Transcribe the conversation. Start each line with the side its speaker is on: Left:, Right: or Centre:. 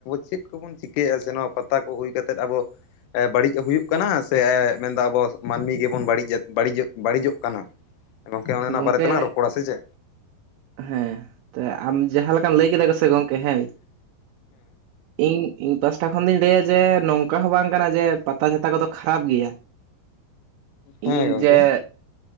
Left: ᱪᱮᱫ ᱠᱚ ᱵᱚᱱ ᱪᱤᱠᱟᱹᱭᱮᱜᱼᱟ ᱥᱮ ᱱᱚᱣᱟ ᱯᱟᱛᱟ ᱠᱚ ᱦᱩᱭ ᱠᱟᱛᱮᱫ ᱟᱵᱚ ᱵᱟᱹᱲᱤᱡ ᱦᱩᱭᱩᱜ ᱠᱟᱱᱟ ᱥᱮ ᱢᱮᱱᱫᱟ ᱟᱵᱚ ᱢᱟᱹᱱᱢᱤ ᱜᱮᱵᱚᱱ ᱵᱟᱹᱲᱤᱡᱮᱫ ᱵᱟᱹᱲᱤᱡᱚᱜ ᱠᱟᱱᱟ ᱜᱚᱝᱠᱮ ᱚᱱᱮ ᱚᱱᱟ
Right: ᱜᱚᱝᱠᱮ
Left: ᱵᱟᱨᱮ ᱛᱮᱞᱟᱝ ᱨᱚᱯᱚᱲᱟ ᱥᱮ ᱪᱮ?
Right: ᱦᱮᱸ ᱛᱚ ᱟᱢ ᱡᱟᱦᱟᱸ ᱞᱮᱠᱟᱢ ᱞᱟᱹᱭ ᱠᱮᱫᱟ ᱠᱚ ᱥᱮ ᱜᱚᱢᱠᱮ ᱦᱮᱸ ᱤᱧ ᱤᱧ ᱯᱟᱥᱴᱟ ᱠᱷᱚᱱ ᱫᱚᱧ ᱞᱟᱹᱭᱟ ᱡᱮ ᱱᱚᱝᱠᱟ ᱦᱚᱸ ᱵᱟᱝ ᱠᱟᱱᱟ ᱡᱮ ᱯᱟᱛᱟ ᱪᱷᱟᱛᱟ ᱠᱚᱫᱚ ᱠᱷᱟᱨᱟᱯ ᱜᱮᱭᱟ
Left: ᱦᱮᱸ
Right: ᱤᱧ
Left: ᱜᱚᱝᱠᱮ
Right: ᱡᱮ